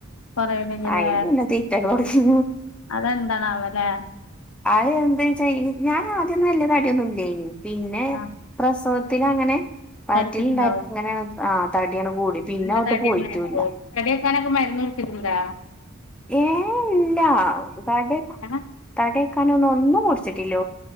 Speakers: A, on the left; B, in the centre.
A: കൊറയണില്ലല്ലേ
B: ആ ഇല്ല, തീറ്റ ഒക്കെ കൊറച്ചു
A: അതെന്താണാവോലെ
B: അത് എന്താ വെച്ചാ ഞാൻ ആദ്യന്നും വല്ലാതെ തടിയൊന്നും ഇല്ലായിനി പിന്നെ
A: ആഹ്
B: പ്രസവത്തിൽ അങ്ങനെ വയറ്റിൽ
A: തടിച്ചിട്ടുണ്ടാവും
B: ഉണ്ടായപ്പോ അങ്ങനെയങ്ങ് ആ തടിയങ്ങ് കൂടി പിന്നെ
A: നല്ല
B: അങ്ങട്
A: തടി
B: പോയിട്ടൂല്ല
A: ഉണ്ടായിരുന്നു തടി കുറക്കാനൊക്കെ മരുന്ന് കുടിചുകൂടെ
B: ഏ ഇല്ല തടി
A: ആഹ്
B: തടി വെക്കാനൊന്നും ഒന്നും കുടിച്ചിട്ടില്ല